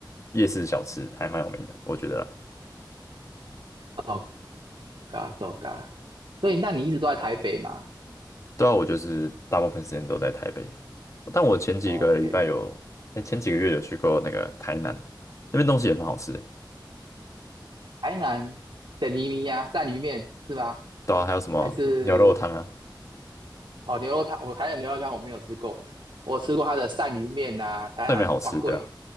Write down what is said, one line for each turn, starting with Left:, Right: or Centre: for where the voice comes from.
Left: 夜市小吃还蛮有名的，我觉得啦。
Right: ，so ga s 所以，那你一直都在台北吗
Left: 对啊，我就是大部分时间都在台北，但我前几个礼拜有，
Right: ？OK，
Left: 哎，前几个月有去过那个台南，那边东西也蛮好吃的。
Right: 台南的移民呀，鳝鱼面是吗？
Left: 对啊，还有什么牛肉汤啊，
Right: 还是哦牛肉汤？我台南牛肉汤我没有吃过，我吃过它的鳝鱼面呐、台南蛙贵
Left: 这里面好吃，对啊。